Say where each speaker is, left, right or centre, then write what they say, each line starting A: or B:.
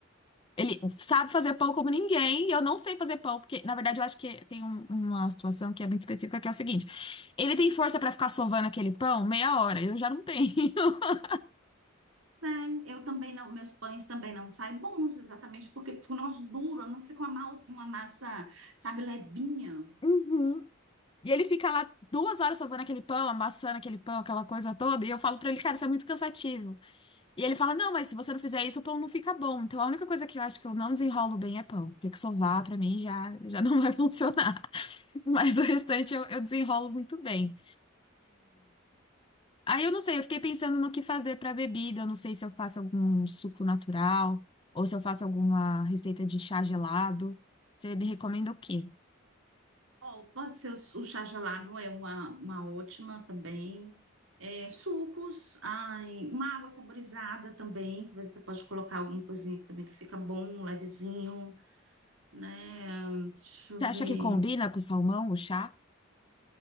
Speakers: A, on the left (about 25°); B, on the right (about 80°).
A: Ele sabe fazer pão como ninguém, e eu não sei fazer pão, porque, na verdade, eu acho que tem um- uma situação que é muito específica, que é o seguinte: ele tem força pra ficar sovando aquele pão meia hora, eu já não tenho. <laughs>
B: Né? Eu também não, meus pães também não saem bons, exatamente porque ficam um negócio duro, não fica uma, mal- uma massa, sabe, levinha.
A: Uhum. E ele fica lá duas horas sovando aquele pão, amassando aquele pão, aquela coisa toda, e eu falo pra ele, cara, isso é muito cansativo. E ele fala: não, mas se você não fizer isso, o pão não fica bom. Então a única coisa que eu acho que eu não desenrolo bem é pão. Ter que sovar, pra mim, já, já não vai <laughs> funcionar. Mas o restante eu eu desenrolo muito bem. Aí eu não sei, eu fiquei pensando no que fazer para bebida. Eu não sei se eu faço algum suco natural ou se eu faço alguma receita de chá gelado. Você me recomenda o quê?
B: Ó, pode ser o, o chá gelado, é uma, uma ótima também. É, sucos, ai, uma água saborizada também, que você pode colocar alguma coisinha também que fica bom, levezinho, né? Deixa eu
A: Você
B: ver.
A: acha que combina com o salmão, o chá?